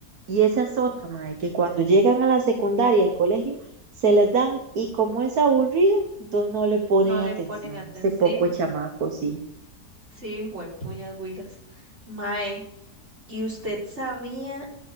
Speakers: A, on the right; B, on the right.
A: Y esa es otra, mae, que cuando llegan a la secundaria, al colegio, se las dan y como es aburrido, entonces no le ponen
B: No le
A: atención.
B: ponen atención.
A: Ese poco de
B: Sí,
A: chamacos, sí.
B: sí, juepuñas güilas. Mae, ¿y usted sabía